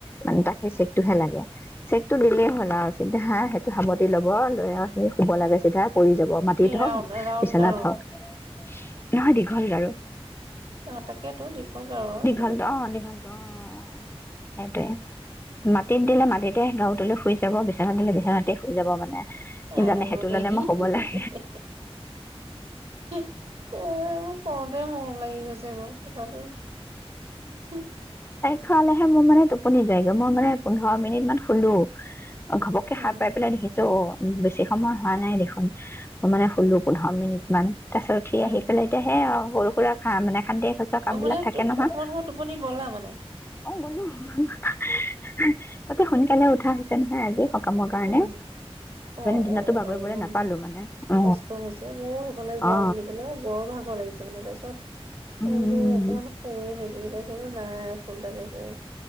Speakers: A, on the left; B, on the right.
A: মানে তাক সেই চেকটো হে লাগে। তো দিলেই হ'ল আৰু চিধা, সেইটো সাবটি ল'ব, লৈ আৰু সি শুব লাগে চিধা। পৰি যাব, মাটিত
B: এই ৰাউণ্ড
A: হওক
B: ৰাউণ্ড
A: বিছনাত
B: গাৰু
A: হওক। নহয়, দীঘল গাৰু।
B: অ, তাকেইটো দীঘল গাৰু আৰু,
A: দীঘলটো
B: সেইটো কৈছোঁ।
A: অ দীঘলটো অ অ সেইটোৱে। মাত টিত দিলে মাটিত তে <unintelligible> তুলি শুই যাব, বিছনাত দিলে বিছনাতে শুই যাব মানে। সি
B: আই
A: জানে সেইটো
B: অ' দেহি।
A: ললে মই শুব
B: হি হি
A: লাগে
B: হি হি হি হি হি অ মৈ শুনাতে মৰম লাগি গৈছে আকো কথাটো। হি।
A: শুৱালেহে মোৰ মানে টোপনী যায়গে, মোৰ মানে পোন্ধৰ মিনিটমান শুলোঁ। অ, ঘপককে
B: উম
A: সাৰ পাই পেলাই দেখি জো, বেছি সময় হোৱা নাই দেখোন, মানে ষোল্ল পোন্ধৰ মিনিটমান। গাছত উঠি
B: উম।
A: আহি পেলাই, এতিয়া সেয়া আৰু। সৰু-সুৰা খা মানে খানদে সঁছা কামবিলাক
B: অ মানে
A: থাকে নহয়।
B: অকমান সময় টোপনি গ'লা মানে।
A: অ গলোঁ। হা হা হা হা হা হা তাতে শূনে কালে উঠা হৈছে নহয় আজি হপ কামৰ কাৰণেও
B: উম অ
A: দিনতটো
B: অ
A: বাগৰিবলৈ
B: হয় অ
A: নেপালো মানে অ
B: কষ্ট হৈছে ময়ো সেইফালে যোৱা
A: অ
B: বুলি ক'লে বৰ ভাগৰ লাগিছে। তাৰ মানে তাৰপিছত
A: উম
B: মই বোলো অকনমান শোৱেই নেকি? তাৰ পিছতে বোলো নাই ফোন এটাকে কৰো।